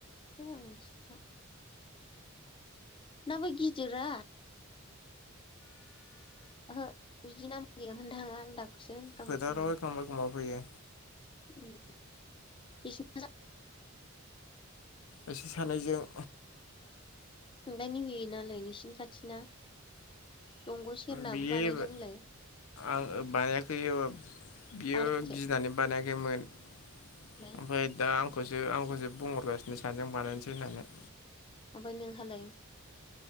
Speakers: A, on the left; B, on the left.
A: है आं मिथिला। ना बै गिदिरा? ओहो बिदि नाम गैयामोनदां आो आलदाखौसो होनफ्र्लांबाय
B: फोथाराव
A: खोमा आं।
B: एखमबा एखमबा फैयो
A: ओम <unintelligible>
B: एसोर सानैजों।
A: ओमबाय नैबे नालाय नोंसिनि खाथिना दंग' सेरनाबो
B: बियो
A: बानायदों होनलाय?
B: आं बानायाखै इब बियो
A: बानायसो
B: गिनानै बानायाखैमोन। ओमफाय
A: ओमफ्राय
B: दा आंखौसो आंखौसो बुंहरगासिनो सानदों बानायसै होननानै।
A: ओमफाय नोंहालाय?